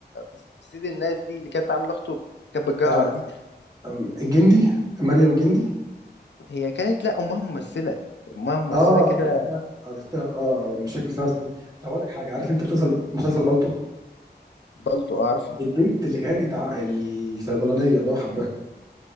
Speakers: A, on the left; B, on the right.
A: في سيد الناس دي اللي كانت عامله اخته كانت بتجعر
B: آه
A: دي
B: أم، الجندي مريم الجندي
A: هي كانت لا امها ممثله امها ممثله
B: اه
A: كده
B: عرفتها عرفتها اه مشاكل سامسونج طب اقول لك حاجه عارف انت مسلسل مسلسل بالطو
A: بالطو اعرف
B: البنت اللي كانت ع- الصيدلانيه اللي هو حباها